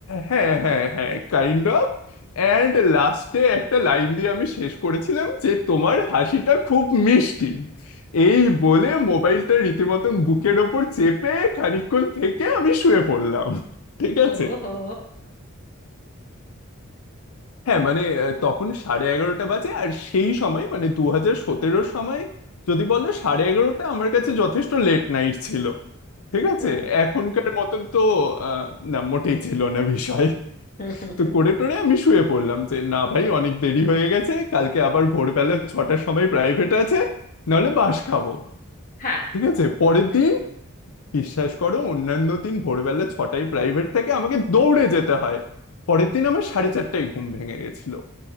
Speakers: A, on the left; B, on the left.
A: হ্যাঁ হ্যাঁ হ্যাঁ কাইন্ড অফ অ্যান্ড লাস্টে একটা লাইন দিয়ে আমি শেষ করেছিলাম যে তোমার হাসিটা খুব মিষ্টি এই বলে মোবাইলটা রীতিমতন বুকের ওপর চেপে খানিকক্ষণ থেকে আমি শুয়ে পড়লাম ঠিক
B: ও
A: আছে
B: হো
A: হ্যাঁ মানে আহ, তখন সাড়ে এগারোটা বাজে আর সেই সময় মানে দু হাজার সতেরোর সময় যদি বলো সাড়ে এগারোটা আমার কাছে যথেষ্ট লেট নাইট ছিল ঠিক আছে
B: হুম
A: এখনকার মতন তো আহ, না মোটেই ছিল না বিষয়
B: হুম, হুম,
A: তো
B: হুম।
A: করে টোরে আমি শুয়ে পড়লাম যে না ভাই অনেক দেরি হয়ে গেছে কালকে আবার ভোরবেলা ছটার সময় প্রাইভেট আছে নাহলে বাস খাবো
B: হ্যাঁ
A: ঠিক আছে পরের
B: হ্যাঁ।
A: দিন বিশ্বাস করো অন্যান্য দিন ভোরবেলা ছটায় প্রাইভেট থেকে আমাকে দৌড়ে যেতে হয় পরের দিন আমার সাড়ে চারটায় ঘুম ভেঙে গেছিল